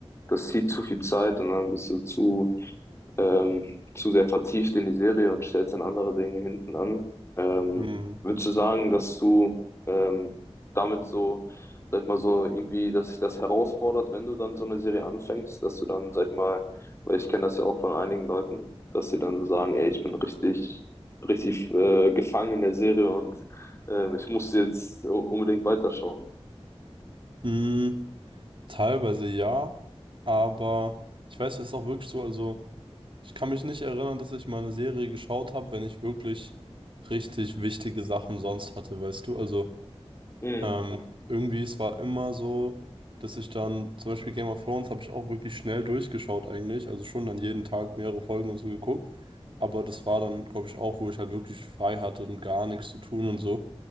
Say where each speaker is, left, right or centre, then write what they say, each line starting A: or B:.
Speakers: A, on the left (about 25°); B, on the right (about 55°).
A: das zieht zu viel Zeit und dann bist du zu ähm, zu sehr vertieft in die Serie und stellst dann andere Dinge hinten an. Ähm,
B: Mhm.
A: würdest du sagen, dass du ähm, damit so, sag ich mal so, irgendwie, dass sich das herausfordert, wenn du dann so eine Serie anfängst, dass du dann, sag ich mal, weil ich kenne das ja auch von einigen Leuten, dass sie dann so sagen, ey, ich bin richtig, richtig äh, gefangen in der Serie und ähm, ich muss jetzt u- unbedingt weiterschauen.
B: Mhm. Teilweise ja, aber ich weiß, es ist auch wirklich so, also ich kann mich nicht erinnern, dass ich mal eine Serie geschaut habe, wenn ich wirklich richtig wichtige Sachen sonst hatte, weißt du? Also
A: Mhm.
B: ähm, irgendwie, es war immer so, dass ich dann, zum Beispiel Game of Thrones habe ich auch wirklich schnell durchgeschaut eigentlich, also schon dann jeden Tag mehrere Folgen und so geguckt, aber das war dann, glaube ich, auch, wo ich halt wirklich frei hatte und gar nichts zu tun und so.